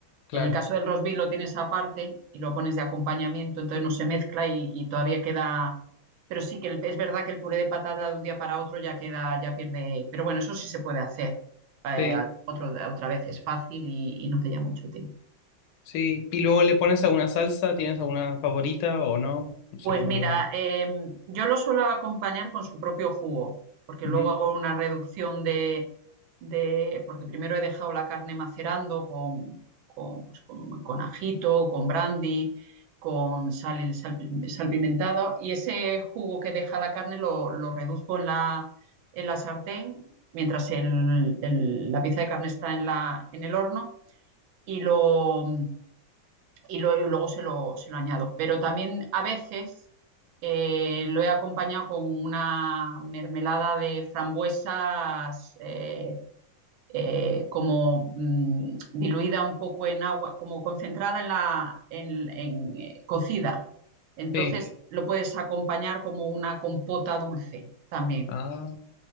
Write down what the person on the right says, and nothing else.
En el caso del rosbif lo tienes aparte y lo pones de acompañamiento, entonces no se mezcla y, y todavía queda. Pero sí que el- es verdad que el puré de patata de un día para otro ya queda, ya pierde. Pero bueno, eso sí se puede hacer. eh,
a- otro- otra vez es fácil y, y no te lleva mucho tiempo.
Pues
mira,
eh, yo lo suelo acompañar con su propio jugo, porque
luego hago una reducción de, de- porque primero he dejado la carne macerando con, con, pues con- con ajito, con brandy, con sal, y sal, salpimentado, y ese jugo que deja la carne lo, lo reduzco en la, en la sartén mientras el- el- la pieza de carne está en la, en el horno y lo y, lo- y luego se lo, se lo añado. Pero también a veces eh, lo he acompañado con una mermelada de frambuesas eh, eh, como mm, diluida un poco en agua, como concentrada en la, en, en, eh, cocida. Entonces
lo puedes acompañar como una compota dulce también.